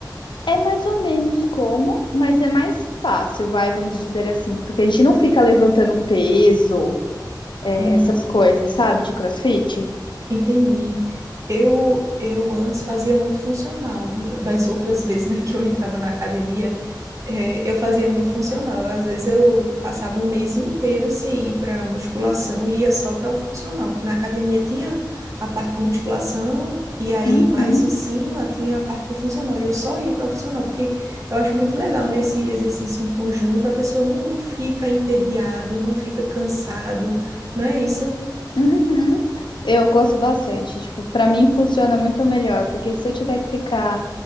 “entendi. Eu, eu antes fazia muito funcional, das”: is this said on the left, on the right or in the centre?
Right